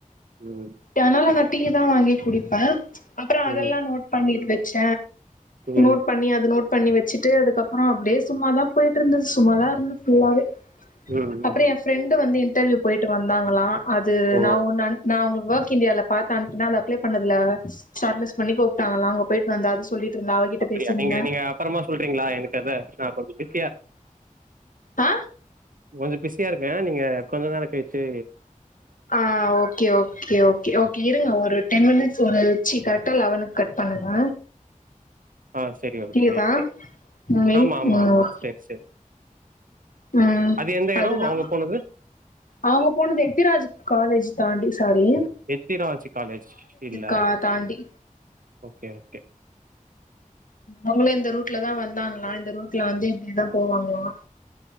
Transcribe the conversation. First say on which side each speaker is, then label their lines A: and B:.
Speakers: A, on the right; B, on the left.
A: ம்
B: அதனால டீ தான் வாங்கி குடிப் ப அப்புறம் அதெல்லாம்
A: ம்
B: நோட் பண்ணிருது ச
A: ம்
B: நோட் பண்ணி அது நோட் பண்ணி வச்சுட்டு அதுக்கப்புறம் அப்படியேும்மாாதான் போயிட்டு இருந்தது சும்மாதான் இருந்தது ஃபுல்லாவே
A: ம்
B: அப்புறம்
A: ம்
B: என் ஃப்ரெண்டு வந்து ட்டர்வியு போயிட்டு வந்தாங்களாம் அது
A: ஓ
B: நா உன்ன அனு நா உங்ள் ஒர்க் இந்தியாவால பாத் அனுப்னா அது அப்ளை பண்ணத் ல ச்ட்லெஸ் பண்ணி கூப்பிட்டாங்களா அங்க போயிட்டு வந்த அது சொல்லிட்டு இருந்தா அவகிட்ட
A: அப்படியா
B: பேசியிருந்தேன்
A: நீங்க நீங்க அப்புறமா சொல்றீங்களா எனக்கு அதை நான் கொஞ்சம் பிஸியா இருக்
B: ஆ
A: கொஞ்சம் பிஸியா இருக்கேன் நீங்க கொஞ்ச நேரம் கயிச்சு
B: ஆஹ் ஓகே ஓகே ஓகே ஓகே இருங்க
A: ம்
B: ஒரு டென் மினிட்ஸ் ஒரு சி கரெக்டா லெவனுக்கு கட் பண்ணுங்க
A: ஆ செரி ஓகே
B: <unintelligible> தா உ
A: ஆமா ஆமா ஆமா செரி செரி
B: உம்
A: அது எந்த
B: அதுதான்
A: எடோ அவுங்க போனது
B: அவங்க போனது எத்திராஜ் காலேஜ் தாண்டி சாரி
A: எத்திராஜ் காலேஜ் இல்ல
B: கா தாண்டி
A: கேகே
B: அவங்களும் இந்த ரூட்ல தான் வந்தாங்களாம் இந்த ரூட்ல வந்து இப்படியதான் போவாங்களாம்